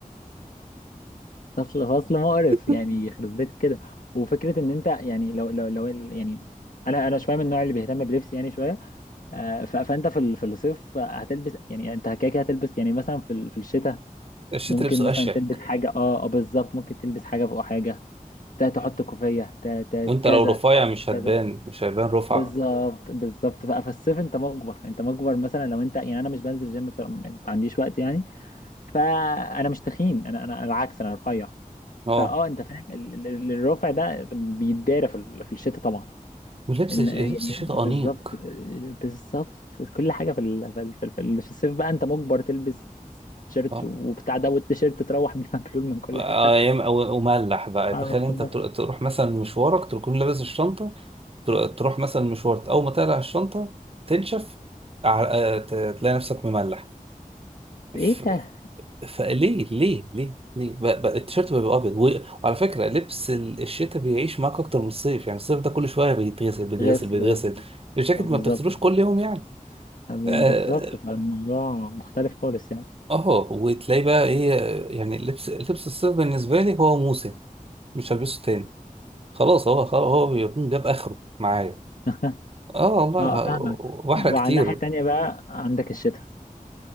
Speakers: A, on the left; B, on the right.
A: فصل فصل مقرف
B: <laughs>
A: يعني يخرب بيت كده وفكره ان انت يعني لو لو لو ال- يعني انا انا شويه من النوع اللي بيهتم بلبسي يعني شويه آه، ف- فانت في ال- في الصيف هتلبس يعني انت كده كده هتلبس يعني مثلا في ال- في الشتاء
B: الشتا
A: ممكن
B: لبسه
A: مثلا
B: اشيك
A: تلبس حاجه اه اه بالظبط ممكن تلبس حاجه فوق حاجه ت- تحط كوفيه ت- ت-
B: وانت
A: كذا
B: لو رفيع
A: تعمل
B: مش هتبان
A: كذا
B: مش هيبان رفعك
A: بالظبط بالظبط ف- فالصيف انت مجبر انت مجبر مثلا لو انت يعني انا مش بنزل جيم بصراحه ما عنديش وقت يعني فانا مش تخين انا انا العكس انا رفيع
B: اه
A: فاه انت فاهم ال- ال- ال- الرفع ده بيتدارى في ال- في الشتاء طبعا
B: ولبس
A: ان يعني
B: لبس شيء
A: بالظبط
B: انيق
A: بالظبط كل حاجه في ال- في ال- في ال- في ال- في الصيف بقى انت مجبر تلبس تيشيرت
B: اه
A: وبتاع ده والتيشيرت تروح بيه <laughs> مبلول من كل
B: آه،
A: حته
B: يم- و- وملح بقى
A: على
B: تخيل
A: ما تخلص
B: انت تر- تروح مثلا مشوارك تكون لابس الشنطه تر- تروح مثلا مشوارك اول ما تقلع الشنطه تنشف ع- آه، ت- تلاقي نفسك مملح
A: ايه
B: ف...
A: ده
B: فليه ليه ليه ليه بقى بقى التيشيرت بيبقى ابيض و... وعلى فكره لبس ال- الشتاء بيعيش معاك اكتر من الصيف يعني الصيف ده كل شويه بيتغسل بيتغسل
A: غسل
B: بيتغسل
A: غسل
B: الجاكيت
A: آه، بالظبط
B: ما بتغسلوش كل يوم يعني
A: آه،
B: آه،
A: بالظبط فالموضوع مختلف خالص يعني
B: اه وتلاقي بقى ايه يعني لبس لبس الصيف بالنسبه لي هو موسم مش هلبسه تاني خلاص هو خلاص هو بيكون جاب اخره معايا
A: <laughs>
B: اه والله
A: اه
B: ه-
A: فاهمك
B: واحرق
A: وعلى
B: كتير
A: الناحيه التانيه بقى عندك الشتاء